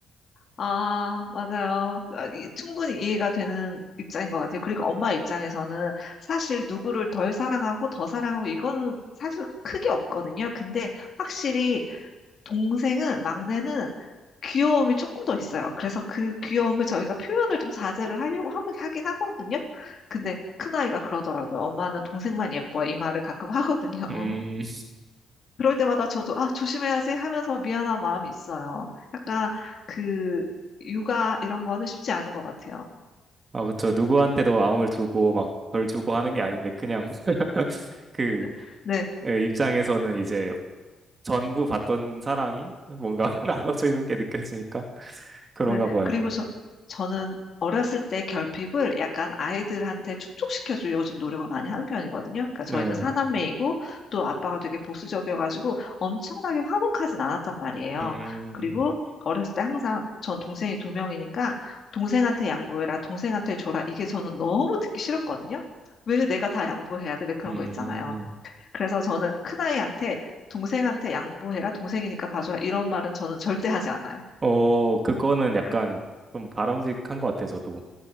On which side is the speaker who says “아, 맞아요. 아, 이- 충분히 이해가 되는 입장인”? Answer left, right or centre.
Left